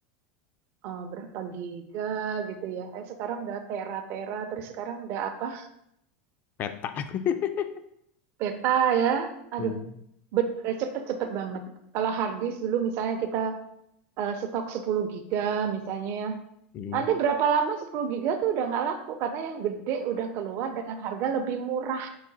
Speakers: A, on the right; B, on the left.
A: eh, berapa giga gitu ya. Eh sekarang udah tera-tera, terus sekarang udah apa?
B: Peta. <laughs>
A: Peta ya. Aduh,
B: Hmm.
A: benar-benar cepet-cepet banget. Kalau hard disk dulu misalnya kita eh, stok 10 giga misalnya ya.
B: Hmm.
A: Nanti berapa lama 10 giga tuh udah nggak laku karena yang gede udah keluar dengan harga lebih murah